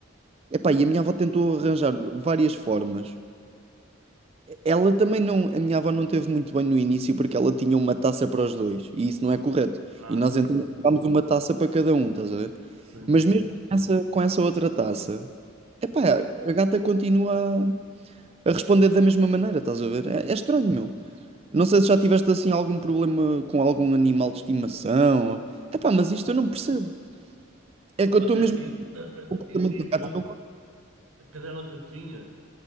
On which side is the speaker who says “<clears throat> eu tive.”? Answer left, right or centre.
Right